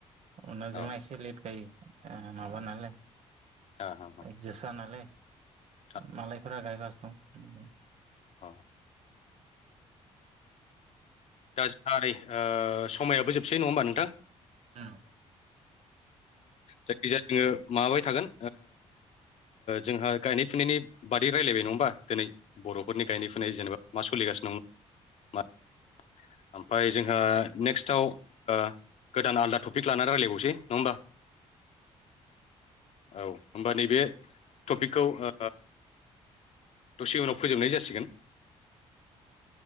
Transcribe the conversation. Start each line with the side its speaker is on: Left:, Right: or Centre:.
Right: उनाव
Left: औ
Right: जोंना
Left: अ
Right: एसे लेट जायो माबा नालाय
Left: अ अ
Right: जोसा नालाय
Left: अ
Right: मालायफोरा गायगासै दं
Left: औ दा जोंहा नै समायाबो जोबसै नङा होमबा नोंथां
Right: दं
Left: जायखिजाया जोङो माबाबाय थागोन जोंहा गायनाय फुनायनि बादै रायज्लायबाय नङा होनोमा दिनै बर' न'खरनि गायनाय फुनाय जेनेबा मा सोलिगासिनो दं म ओमफफ्राय जोंहा नेक्स्टआव गोदान आलदा टपिक लानानै रायज्लायबावसै नङा होमबा औ होमबा नैबे टपिकखौ आ दसे उनाव फोजोबनाय जासिगोन